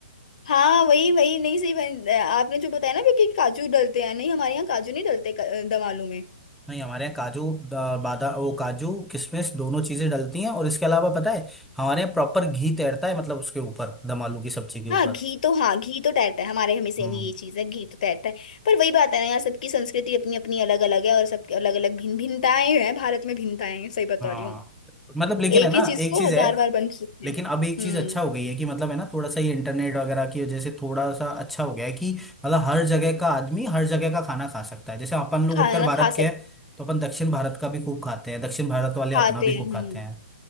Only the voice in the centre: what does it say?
<laughs> नहीं हमारे यहाँ काजू द- बादा वो काजू किशमिश दोनों चीजें डलती हैं और इसके अलावा पता है हमारे यहाँ प्रॉपर घी तैरता है मतलब उसके ऊपर दम आलू की सब्जी के ऊपर
हम्म
हाँ
मतलब लेकिन
है ना
एक
चीज
है
लेकिन
अब एक
चीज अच्छा हो गई है कि मतलब है ना थोड़ा सा ये इंटरनेट वगैरह की वजह से थोड़ा सा अच्छा हो गया है कि मतलब हर जगह का आदमी हर जगह का खाना खा सकता है जैसे अपन लोग
उत्तर भारत
के
हैं तो अपन दक्षिण भारत का भी खूब खाते हैं दक्षिण भारत वाले
अपना भी
खूब
खाते हैं